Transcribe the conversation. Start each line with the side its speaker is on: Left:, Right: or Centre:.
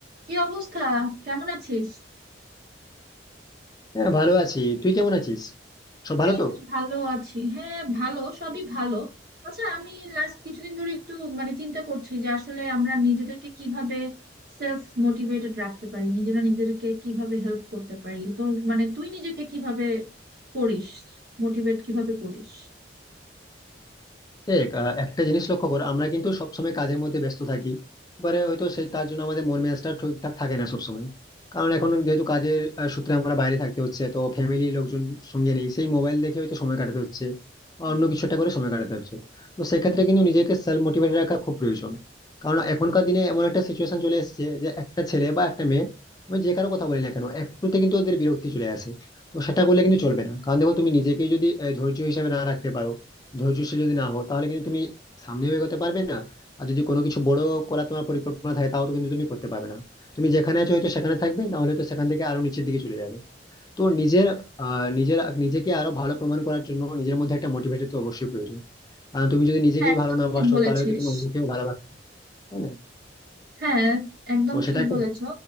Right: কি অবস্থা কেমন আছিস
Left: হ্যাঁ ভালো আছি তুই কেমন আছিস সব ভালো
Right: এই
Left: তো
Right: তো ভালো আছি হ্যাঁ ভালো সবই ভালো আচ্ছা আমি লাস্ট কিছুদিন ধরে একটু মানে চিন্তা করছি যে আসলে আমরা নিজেদেরকে কিভাবে সেলফ মোটিভেটেড রাখতে পারি নিজেরা নিজেদেরকে কিভাবে হেল্প করতে পারি তো মানে তুই নিজেকে কিভাবে করিস মোটিভেট কিভাবে করিস
Left: দেখ আহ, একটা জিনিস লক্ষ্য কর আমরা কিন্তু সবসময় কাজের মধ্যে ব্যস্ত থাকি এবারে হয়তো সেই তার জন্য আমাদের মন মেজাজটা ঠিকঠাক থাকে না সবসময় কারণ এখন যেহেতু কাজের আহ, সূত্রে আমরা বাইরে থাকতে হচ্ছে তো ফ্যামিলি লোকজন সঙ্গে নেই সেই মোবাইল দেখে হয়তো সময় কাটাতে হচ্ছে বা অন্য কিছু একটা করে সময় কাটাতে হচ্ছে তো সেক্ষেত্রে কিন্তু নিজেকে সেলফ মোটিভেটেড রাখা খুব প্রয়োজন কারণ এখনকার দিনে এমন একটা সিচুয়েশন চলে এসেছে যে একটা ছেলে বা একটা মেয়ে আমি যে কারো কথা বলি না কেন একটুতে কিন্তু ওদের বিরক্তি চলে আসে তো সেটা করলে কিন্তু চলবে না কারণ দেখো তুমি নিজেকেই যদি আহ, ধৈর্য হিসাবে না রাখতে পারো ধৈর্যশীল যদি না হো তাহলে কিন্তু তুমি সামনেও এগোতে পারবে না আর যদি কোনো কিছু বড় করা তোমার পরিকল্পনা থাকে তাও তো কিন্তু তুমি করতে পারবে না তুমি যেখানে আছো হয়তো সেখানে থাকবে না হলে তো সেখান থেকে আরো নিচের দিকে চলে যাবে তো নিজের আহ নিজের নিজেকে আরো ভালো প্রমাণ করার জন্য নিজের মধ্যে একটা মোটিভেটেড তো অবশ্যই প্রয়োজন কারণ তুমি যদি নিজেকেই
Right: হ্যাঁ, একদম
Left: ভালো না
Right: ঠিক
Left: বাসো
Right: বলেছিস
Left: তাহলে হয়তো তুমি অন্যকেও ভালোবাসবে না, তাই না
Right: হ্যাঁ একদম
Left: তো সেটা
Right: ঠিক
Left: একটা-
Right: বলেছো